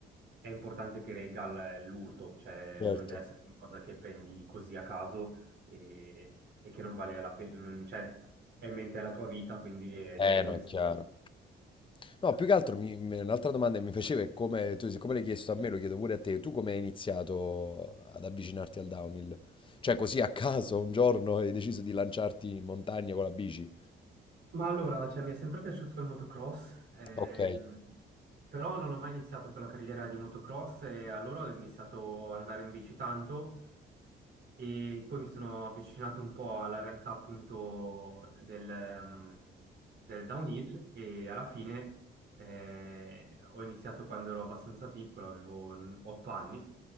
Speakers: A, on the right; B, on the left.
A: è importante che regga l- l'urto, cioè
B: Certo.
A: non deve essere qualcosa che prendi così a caso e, e che non vale la pena, cioè è in mente la tua vita, quindi è
B: Eh,
A: giusto investire.
B: no, è chiaro. No, più che altro
A: Mm.
B: mi- mi- un'altra domanda che mi faceva è come, tu, siccome l'hai chiesto a me, lo chiedo pure a te, tu come hai iniziato ad avvicinarti al downhill? Cioè così a caso un giorno hai deciso di lanciarti in montagna con la bici?
A: Ma allora, cioè, mi è sempre piaciuto il motocross, ehm,
B: Ok.
A: però non ho mai iniziato quella carriera di motocross e allora ho iniziato ad andare in bici tanto E poi mi sono avvicinato un po' alla realtà appunto del, ehm, del downhill e alla fine eh, ho iniziato quando ero abbastanza piccolo, avevo 8 anni